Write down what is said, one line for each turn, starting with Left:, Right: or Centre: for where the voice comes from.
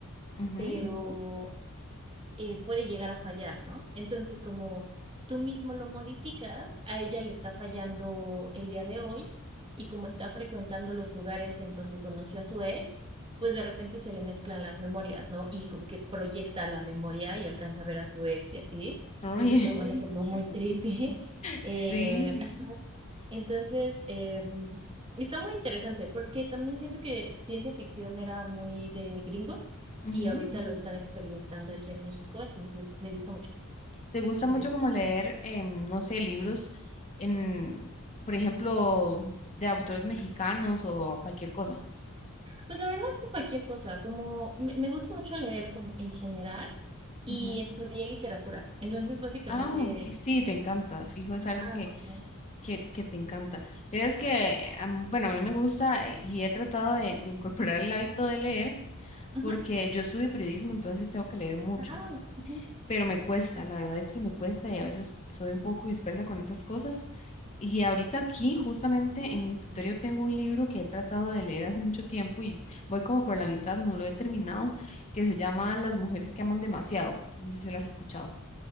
Left: ujú.
Right: pero eh, puede llegar a fallar, ¿no? Entonces, como tú mismo lo modificas, a ella le está fallando el día de hoy y como está frecuentando los lugares en donde conoció a su ex, pues de repente se le mezclan las memorias, ¿no? Y como que proyecta la memoria y alcanza a ver a su ex y así.
Left: Uy,
Right: Entonces se
Left: <laughs>
Right: pone Uy. como muy trippy. <laughs>
Left: Sí.
Right: Eh, entonces, em, está muy interesante porque también siento que ciencia ficción era muy de gringos
Left: ujú.
Right: y ahorita lo están experimentando aquí en México, entonces me gusta mucho.
Left: ¿Te gusta
Right: Y
Left: mucho como leer, em, no sé, libros en, por ejemplo, de autores mexicanos o cualquier cosa?
Right: pues la verdad es que cualquier cosa, como me, me gusta mucho leer como en general y
Left: Ujú.
Right: estudié literatura. Entonces, básicamente,
Left: Ah, ok, sí, te encanta, fijo, es
Right: ajá,
Left: algo que,
Right: como...
Left: que, que te encanta. Mira, es que, am, bueno, a mí me gusta eh, y he tratado de, de incorporar el hábito de leer
Right: ujú,
Left: porque yo estudio periodismo, entonces tengo que leer mucho.
Right: ah, ujú.
Left: pero me cuesta, la verdad es que me cuesta y a veces soy un poco dispersa con esas cosas. Y ahorita aquí, justamente en mi escritorio, tengo un libro que he tratado de leer hace mucho tiempo y voy como por la mitad, no lo he terminado, que se llama Las mujeres que aman demasiado. No sé si lo has escuchado,